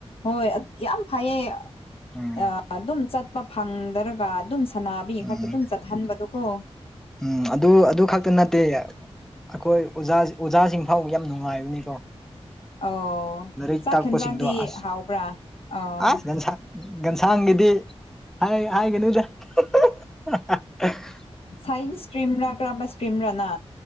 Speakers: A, on the left; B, in the centre.
A: ꯍꯣꯏ ꯑ ꯌꯥꯝ ꯐꯩꯌꯦ
B: ꯎꯝ
A: ꯑꯥ ꯑꯗꯨꯝ ꯆꯠꯄ ꯐꯪꯗ꯭ꯔꯒ ꯑꯗꯨꯝ ꯁꯅꯥꯥꯕꯤ
B: ꯎꯝ
A: ꯈꯛꯇ ꯑꯗꯨꯝ ꯆꯠꯍꯟꯕꯗꯣ ꯀꯣ
B: ꯎꯝ ꯑꯗꯨ ꯑꯗꯨ ꯈꯛꯇ ꯅꯠꯇꯦꯌꯦ ꯑꯩꯈꯣꯏ ꯑꯣꯖꯥ ꯑꯣꯖꯥꯁꯤꯡ ꯐꯥꯎꯕ ꯌꯥꯝ ꯅꯨꯡꯉꯥꯏꯕꯅꯤꯀꯣ
A: ꯑꯧ
B: ꯂꯥꯏꯔꯤꯛ
A: ꯆꯥꯛ
B: ꯇꯥꯛꯄꯁꯤꯡꯗꯣ
A: ꯌꯦꯟꯖꯥꯡꯗꯤ
B: ꯑꯁ
A: ꯍꯥꯎꯕ꯭ꯔꯥ ꯑꯧ
B: ꯑꯥ ꯂꯟꯁꯥ ꯒꯟꯁꯥꯡꯒꯤꯗꯤ ꯍꯥꯏ ꯍꯥꯏꯒꯅꯨꯗꯥ <unintelligible>
A: ꯁꯥꯏꯟꯁ ꯁ꯭ꯇ꯭ꯔꯤꯝ ꯔꯥ ꯀꯔꯝꯕꯥ ꯁ꯭ꯇ꯭ꯔꯤꯝꯔꯥ ꯅ